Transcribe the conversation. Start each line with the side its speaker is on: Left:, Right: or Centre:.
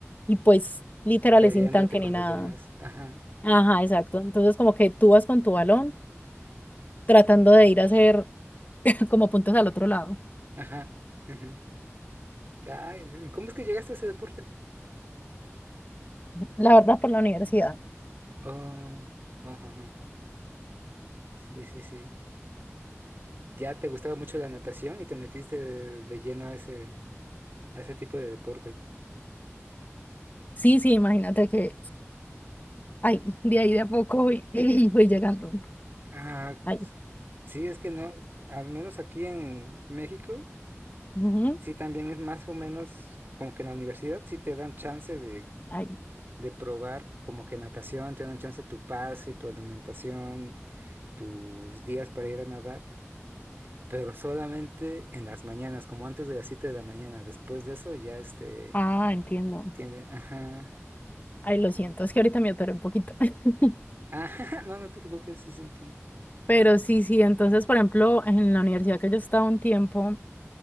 Left: y pues literal
Right: peleándote
Left: es sin tanque
Right: con
Left: ni nada.
Right: los demás, ajá,
Left: Ajá, exacto. Entonces como que tú vas con tu balón tratando de ir a hacer <laughs> como puntos al otro lado.
Right: ajá, ajá. Ay, ¿y ¿cómo es que llegaste a ese deporte?
Left: La verdad, por la universidad.
Right: Oh, oh, ajá, sí, sí, sí. Ya te gustaba mucho la natación y te metiste de, de lleno a ese, a ese tipo de deporte.
Left: Sí, sí, imagínate que Ay, <laughs> de ahí de a poco voy, <laughs> <clears throat> voy llegando.
Right: Ah,
Left: Ay,
Right: sí, es que no, al menos aquí en México,
Left: ujú,
Right: sí también es más o menos como que en la universidad sí te dan chance de,
Left: ay.
Right: de probar como que natación, te dan chance tu pase, tu alimentación, tus días para ir a nadar, pero solamente en las mañanas, como antes de las 7 de la mañana, después de eso ya este,
Left: Ah, entiendo.
Right: tienen, ajá,
Left: Ay, lo siento, es que ahorita me atoré un poquito. <laughs>
Right: ajá, <laughs> no, no te preocupes, sí sentí,
Left: Pero sí, sí, entonces, por ejemplo, en la universidad que yo estaba un tiempo,